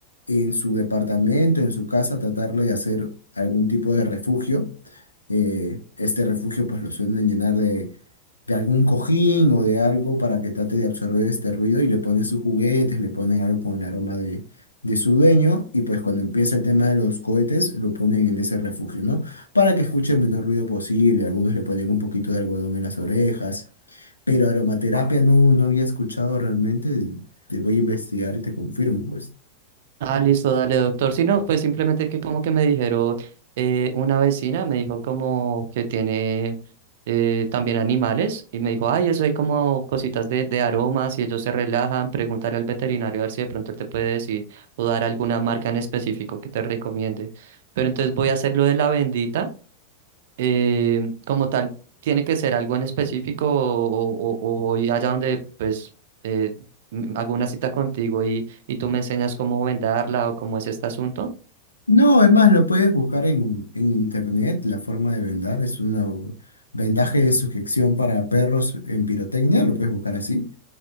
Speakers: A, on the left; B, on the right.
A: en su departamento, en su casa, tratarle de hacer algún tipo de refugio. Eh, este refugio pues lo suelen llenar de, de algún cojín o de algo para que trate de absorber este ruido y le ponen sus juguetes, le ponen algo con el aroma de, de su dueño y pues cuando empieza el tema de los cohetes lo ponen en ese refugio, ¿no? Para que escuche el menor ruido posible, algunos le ponen un poquito de algodón en las orejas. Pero aromaterapia no, no había escuchado realmente. Te voy a investigar y te confirmo, pues.
B: Ah, listo, dale, doctor. Si no, pues simplemente que como que me dijeron, eh, una vecina me dijo como que tiene eh, también animales y me dijo, ay, eso hay como cositas de, de aromas y ellos se relajan, pregúntale al veterinario a ver si de pronto él te puede decir o dar alguna marca en específico que te recomiende. Pero entonces voy a hacer lo de la bendita eh, como tal, tiene que ser algo en específico o, o, o voy allá donde pues eh, m- hago una cita contigo y, y tú me enseñas cómo vendarla o cómo es este asunto.
A: No, es más, lo puedes buscar en, en internet, la forma de vendar. Es un vendaje de sujeción para perros en pirotecnia, lo puedes buscar así.